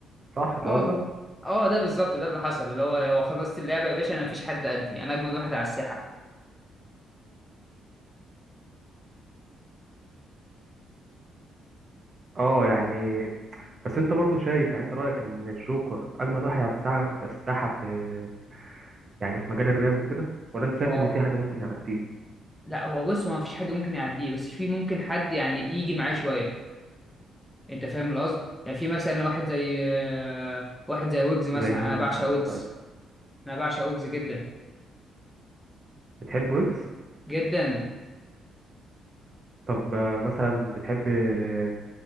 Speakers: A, on the right; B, in the centre.
A: صح
B: اه
A: ده قصدك
B: اه ده بالظبط ده اللي حصل اللي هو هو خلصت اللعبة يا باشا انا مفيش حد قدي انا اجمد واحد على الساحة
A: اه يعني بس انت برضو شايف يعني انت رأيك ان الجوكر اجمد واحد على الساعة في الساحة في يعني في مجال الراب وكده ولا انت شايف
B: اه
A: ان في حد ممكن يعديه
B: لا هو بص هو مفيش حد ممكن يعديه بس في ممكن حد يعني يجي معاه شوية انت فاهم القصد يعني في مثلا واحد زي آه، واحد زي ويجز مثلا
A: زي مين
B: انا بعشق
A: مثلا
B: ويجز
A: من رأيك
B: انا بعشق ويجز جدا
A: بتحب ويجز
B: جدا
A: طب آه، مثلا بتحب آه،